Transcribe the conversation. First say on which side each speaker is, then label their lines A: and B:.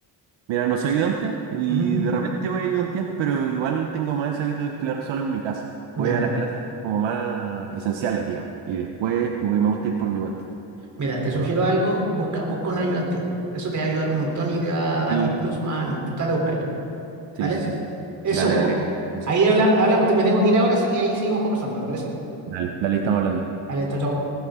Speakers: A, on the right; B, on the right.
A: Mira, no soy ayudante y
B: Ujú.
A: de repente voy a ayudantías, pero igual tengo más ese hábito de estudiar solo en mi casa.
B: Ya.
A: Voy a las clases como más esenciales, digamos, y después güey, me gusta ir por mi cuenta.
B: Mira, te
A: Bueno,
B: sugiero algo, busca, busca una ayudantía. Eso te va a ayudar un montón y te va a dar
A: Sí,
B: un plus
A: sí,
B: más adelante. Trata de buscarlo,
A: sí,
B: ¿vale?
A: sí. sí.
B: Eso,
A: Dale,
B: po.
A: dale, consejo.
B: ahí hablamos, hablamos. Te- Me tengo que ir ahora, así que ahí seguimos conversando, ¿te parece?
A: Dale, dale, estamos hablando.
B: Vale, chao, chao.